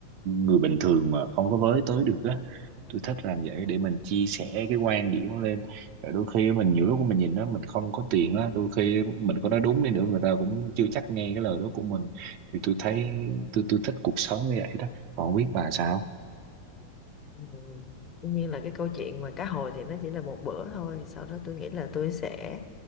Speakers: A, on the right (about 45°); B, on the left (about 30°).
A: người bình thường mà không có với tới được á tôi thích làm vậy để mình chia sẻ cái quan điểm lên rồi đôi khi mình nhiều lúc mình nhìn đó mình không có tiền á đôi khi mình có nói đúng đi nữa người ta cũng chưa chắc nghe cái lời đó của mình thì tôi thấy tôi tôi thích cuộc sống như vậy đó còn không biết bà sao
B: ừ, tuy nhiên là cái câu chuyện mà cá hồi thì nó chỉ là một bữa thôi sau đó tôi nghĩ là tôi sẽ